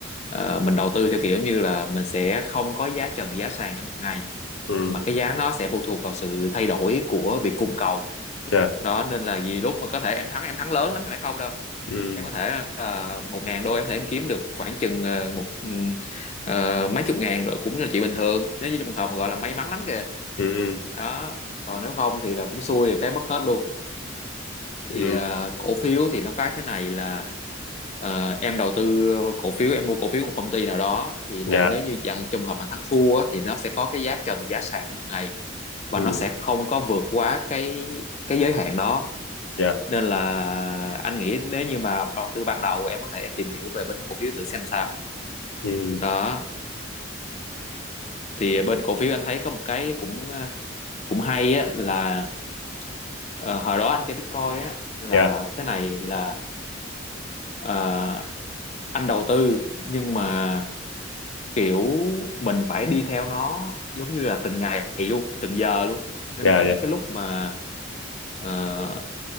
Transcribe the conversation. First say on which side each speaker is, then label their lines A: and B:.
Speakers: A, on the left; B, on the left.
A: ờ, mình đầu tư theo kiểu như là mình sẽ không có giá trần giá sàn trong một ngày
B: Ừ.
A: mà cái giá nó sẽ phụ thuộc vào sự thay đổi của việc cung cầu
B: Dạ.
A: đó nên là vì lúc mà có thể em thắng em thắng lớn lắm nhưng phải không đâu
B: Ừ.
A: em có thể uh, một ngàn đô em có thể em kiếm được khoảng chừng ờ, một ừm, ờ, mấy chục ngàn rồi cũng là chuyện bình thường nếu như trong trường hợp mà gọi là may mắn lắm kìa
B: Ừ. Ừ.
A: đó còn nếu không thì là cũng xui thì cái mất hết luôn
B: Ừ.
A: thì ờ, cổ phiếu thì nó có thế này là ờ, em đầu tư cổ phiếu em mua cổ phiếu của một công ty nào đó thì là
B: Dạ.
A: nếu như dạng trong hợp mà thắng thua á, thì nó sẽ có cái giá trần giá sàn trong một ngày và
B: Ừ.
A: nó sẽ không có vượt quá cái cái giới hạn đó
B: dạ
A: nên là anh nghĩ nếu như mà đầu tư ban đầu em có thể em tìm hiểu về bên cổ phiếu thử xem sao
B: ừ
A: đó thì bên cổ phiếu anh thấy có một cái cũng ờ, cũng hay á là ờ, hồi đó anh chơi Bitcoin á là
B: dạ
A: thế này là ờ, anh đầu tư nhưng mà kiểu mình phải đi theo nó giống như là từng ngày luôn từng giờ luôn nên
B: dạ
A: là có những
B: dạ
A: cái lúc mà ờ,